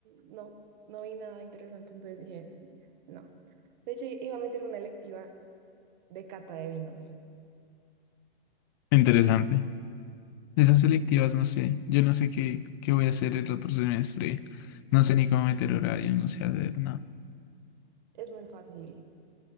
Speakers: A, on the right; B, on the left.
A: no, no vi nada interesante, entonces dije, no. De hecho, iba a meter una electiva de cata de vinos.
B: interesante. Esas selectivas, no sé. Yo no sé qué, qué voy a hacer el otro semestre. No sé ni cómo meter horario, no sé hacer nada.
A: Es muy fácil.